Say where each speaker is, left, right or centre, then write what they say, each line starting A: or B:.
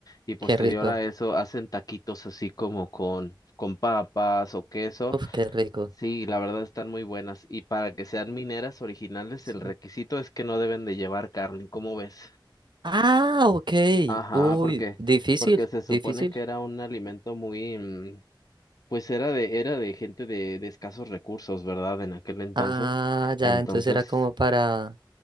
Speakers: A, on the left; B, on the right.
A: y posterior
B: Qué rico.
A: a eso hacen taquitos así como con, con papas o queso
B: Uf, qué rico.
A: Sí, la verdad están muy buenas. Y para que sean mineras originales,
B: Sí.
A: el requisito es que no deben de llevar carne, ¿cómo ves?
B: Ah, ok.
A: Ajá,
B: Uy,
A: porque,
B: difícil,
A: porque se supone
B: difícil.
A: que era un alimento muy, mm, pues era de, era de gente de, de escasos recursos, ¿verdad? En aquel entonces.
B: Ah, ya,
A: Entonces,
B: entonces era como para,